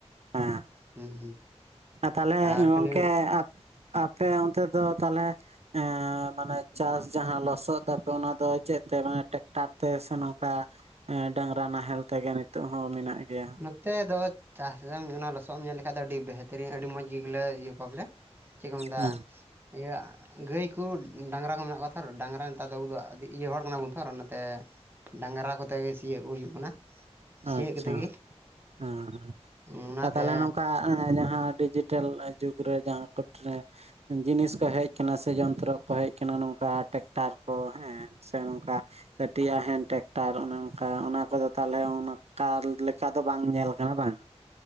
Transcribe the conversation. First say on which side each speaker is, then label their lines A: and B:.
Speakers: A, on the right; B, on the right.
A: ᱦᱮᱸ
B: ᱦᱩᱸ
A: ᱛᱟᱦᱚᱞᱮ
B: ᱟᱨ
A: ᱜᱚᱝᱠᱮ
B: ᱠᱷᱟᱹᱞᱤ
A: ᱟᱜ ᱟᱯᱮ ᱚᱱᱛᱮ ᱫᱚ ᱛᱟᱦᱚᱞᱮ ᱮᱸ ᱢᱟᱱᱮ ᱪᱟᱥ ᱡᱟᱦᱟᱸ ᱞᱚᱥᱚᱫ ᱫᱟᱯᱮ ᱚᱱᱟ ᱫᱚ ᱪᱮᱫ ᱛᱮ ᱢᱟᱱᱮ ᱴᱨᱟᱠᱴᱟᱨ ᱛᱮ ᱥᱮ ᱱᱚᱝᱠᱟ ᱮᱸ ᱰᱟᱝᱨᱟ ᱱᱟᱦᱮᱞ ᱛᱮᱜᱮ ᱱᱤᱛᱚᱜ ᱦᱚᱸ ᱢᱮᱱᱟᱜ ᱜᱮᱭᱟ᱾
B: ᱱᱚᱛᱮ ᱫᱚ ᱪᱟᱥ ᱫᱚᱢ ᱱᱚᱭᱟ ᱞᱚᱥᱚᱫ ᱮᱢ ᱧᱮᱞ ᱞᱮᱠᱷᱟᱱ ᱫᱚ ᱟᱹᱰᱤ ᱵᱮᱦᱛᱟᱹᱨᱤᱱ ᱟᱹᱰᱤ ᱢᱚᱸᱡᱽ ᱜᱮ ᱡᱮᱜᱩᱞᱟ. ᱤᱭᱟᱹ ᱠᱚᱣᱟ ᱵᱚᱞᱮ ᱪᱮᱜ ᱠᱚ ᱢᱮᱱᱫᱟ
A: ᱦᱮᱸ
B: ᱤᱭᱟᱹ ᱜᱟᱹᱭ ᱠᱚ ᱰᱟᱝᱨᱟ ᱠᱚ ᱢᱮᱱᱟᱜ ᱠᱚᱣᱟ ᱛᱟᱨ ᱰᱟᱝᱨᱟ ᱱᱮᱛᱟᱨ ᱫᱚ ᱟᱵᱚ ᱫᱚ ᱟᱨᱠᱤ ᱤᱭᱟᱹ ᱦᱚᱲ ᱠᱟᱱᱟᱵᱚᱱ ᱛᱚ ᱚᱱᱟᱛᱮ ᱰᱟᱝᱨᱟ ᱠᱚᱛᱮ ᱜᱮ ᱥᱤᱭᱩᱜ ᱦᱩᱭᱩᱜ ᱠᱟᱱᱟ᱾ ᱥᱤᱭᱳᱜ
A: ᱟᱪᱷᱟ
B: ᱠᱟᱛᱮ ᱜᱮ
A: ᱦᱮᱸᱛᱟᱦᱚᱞᱮ
B: ᱚᱱᱟᱛᱮ
A: ᱱᱚᱝᱠᱟ ᱟᱸ ᱡᱟᱦᱟᱸ ᱰᱤᱡᱤᱴᱮᱞ ᱡᱩᱜᱽ ᱨᱮ ᱡᱟᱦᱟᱸ ᱠᱚᱴᱨᱮ ᱡᱤᱱᱤᱥ ᱠᱚ ᱦᱮᱡ ᱟᱠᱟᱱᱟ ᱥᱮ ᱡᱚᱱᱛᱨᱚ ᱠᱚ ᱦᱮᱡ ᱟᱠᱟᱱᱟ ᱱᱚᱝᱠᱟ ᱴᱮᱠᱴᱟᱨ ᱠᱚ ᱦᱮᱸ ᱥᱮ ᱱᱚᱝᱠᱟ ᱠᱟᱹᱴᱤᱡᱟᱜ ᱦᱮᱱ ᱴᱮᱠᱴᱟᱨ ᱚᱱᱮ ᱚᱱᱠᱟ ᱚᱱᱟ ᱠᱚᱫᱚ ᱛᱟᱞᱚᱞᱮ ᱟᱠᱟᱞ ᱞᱮᱠᱟ ᱫᱚ ᱵᱟᱝ ᱧᱮᱞ ᱠᱟᱱᱟ ᱵᱟᱝ